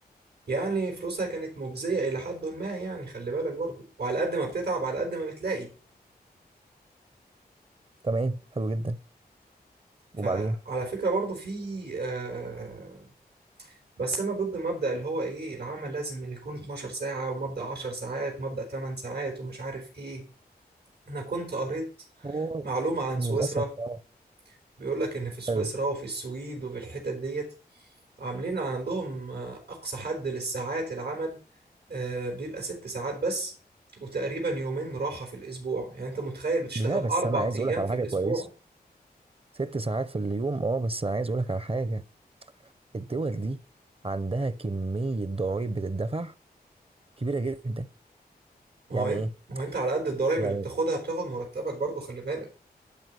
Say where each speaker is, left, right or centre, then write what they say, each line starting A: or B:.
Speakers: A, on the right (about 75°); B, on the right (about 35°).
A: يعني فلوسها كانت مجزية إلى حد ما يعني خلي بالك برضو وعلى قد ما بتتعب على قد ما بتلاقي
B: تمام حلو جدا
A: فعلى
B: وبعدين
A: فكرة برضو في آه بس أنا ضد مبدأ اللي هو إيه العمل لازم اللي يكون 12 ساعة ومبدأ 10 ساعات ومبدأ 8 ساعات ومش عارف إيه أنا كنت قريت
B: هو
A: معلومة عن
B: للاسف
A: سويسرا
B: اه
A: بيقول لك إن في سويسرا
B: حلو
A: وفي السويد وفي الحتت ديت عاملين عندهم آه، أقصى حد للساعات العمل آه، بيبقى ست ساعات بس وتقريبا يومين راحة في الأسبوع يعني أنت متخيل بتشتغل
B: لا بس
A: أربع
B: انا عايز
A: أيام
B: اقولك على
A: في
B: حاجه
A: الأسبوع
B: كويسه ست ساعات في اليوم اه بس عايز اقولك على حاجه الدول دي عندها كميه ضرائب بتدفع كبيره جدا
A: هو
B: يعني
A: أنت
B: ايه
A: هو أنت على قد الضرايب
B: يعني
A: اللي بتاخدها بتاخد مرتبك برضو خلي بالك